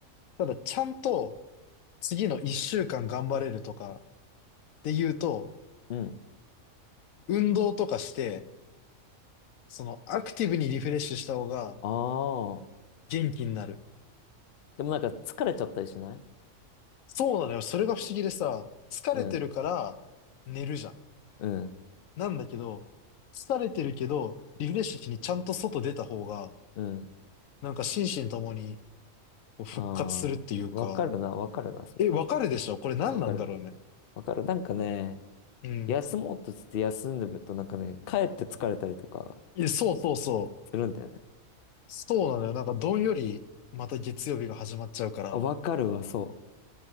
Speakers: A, on the left; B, on the left.
A: ただちゃんと次の一週間頑張れるとかっていうと、
B: うんうん
A: 運動とかして、そのアクティブにリフレッシュした方が
B: ああ。
A: 元気になる。
B: でもなんか疲れちゃったりしない
A: そうなのよ。それが不思議でさ、疲れてるから寝るじゃん。
B: うんうん
A: なんだけど、疲れてるけど、リフレッシュしにちゃんと外出た方が、
B: うん。
A: なんか心身ともにこう復活するっていうか、
B: ああ。わかるな、わかるな、それ。
A: え、わかるでしょこれ何なんだろうね。
B: わかる。わかる。なんかね、
A: うん。
B: 休もうとつって休んでるとなんかね、帰って疲れたりとか
A: いや、そうそうそう。
B: するんだよね。
A: そうなのよ。なんかどんよりまた月曜日が始まっちゃうから、
B: あわかるわ、そ